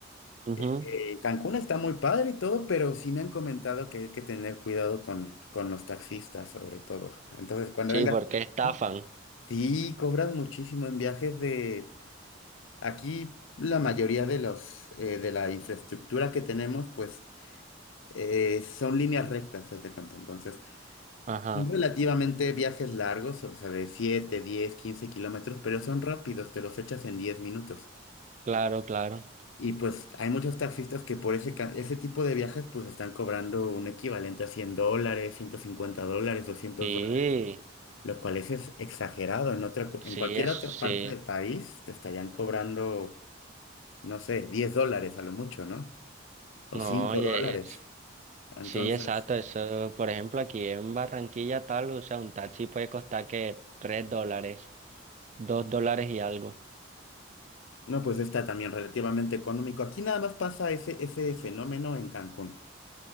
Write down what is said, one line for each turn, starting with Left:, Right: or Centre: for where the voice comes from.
Right: Ujú.
Left: Eh, eh, Cancún está muy padre y todo, pero sí me han comentado que hay que tener cuidado con, con los taxistas, sobre todo. Entonces, cuando
Right: Sí,
Left: vengas
Right: porque
Left: a México,
Right: estafan.
Left: sí cobran muchísimo en viajes de... Aquí la mayoría de los, eh, de la infraestructura que tenemos, pues, eh, son líneas rectas, haz de cuenta. Entonces,
Right: Ajá,
Left: Son relativamente viajes largos, o sea, de 7, 10, 15 kilómetros, pero son rápidos, te los echas en 10 minutos.
Right: claro, claro.
Left: Y pues hay muchos taxistas que por ese, ca- ese tipo de viajes pues están cobrando un equivalente a 100 dólares, 150 dólares, doscientos
Right: Sí,
Left: dólares, lo cual es, es exagerado. En otra, cu-
Right: sí,
Left: en cualquier
Right: es,
Left: otra parte
Right: sí.
Left: del país te estarían cobrando, no sé, 10 dólares a lo mucho, ¿no? O
Right: No,
Left: 5
Right: oye,
Left: dólares.
Right: es-
Left: Entonces,
Right: sí, exacto. Eso, por ejemplo, aquí en Barranquilla tal, o sea, un taxi puede costar que tres dólares, dos dólares y algo.
Left: no, pues está también relativamente económico. Aquí nada más pasa ese, ese fenómeno en Cancún.